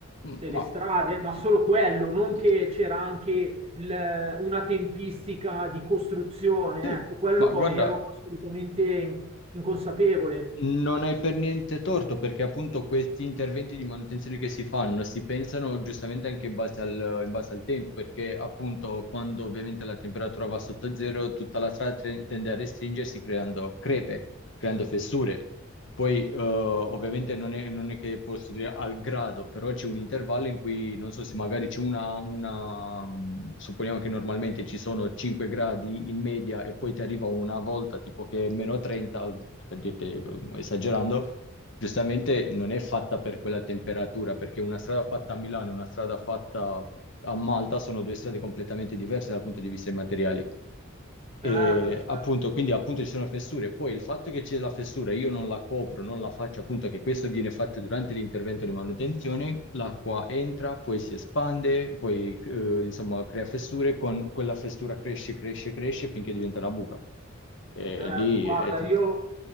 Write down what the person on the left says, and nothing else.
Mm,
Ma,
mm,
mm,
sì.
Ma guarda,
Non hai per niente torto perché appunto questi interventi di manutenzione che si fanno si pensano giustamente anche in base al, in base al tempo perché appunto quando ovviamente la temperatura va sotto zero tutta la strada tre- tende a restringersi creando crepe, creando fessure. Poi, eh, ovviamente, non è, non è che posso dire al grado, però c'è un intervallo in cui, non so se magari c'è una, una- mh, supponiamo che normalmente ci sono 5 gradi in media e poi ti arriva una volta tipo che è meno 30, al- per dirti, eh, esagerando, giustamente non è fatta per quella temperatura, perché una strada fatta a Milano e una strada fatta a Malta sono due strade completamente diverse dal punto di vista dei materiali. E
appunto, quindi appunto ci sono fessure. Poi il fatto che c'è la fessura, io non la copro, non la faccio, appunto che questo viene fatto durante l'intervento di manutenzione, l'acqua entra, poi si espande, poi eh, insomma crea fessure, con quella fessura cresce, cresce, cresce finché diventa una buca. E
lì
è tutto.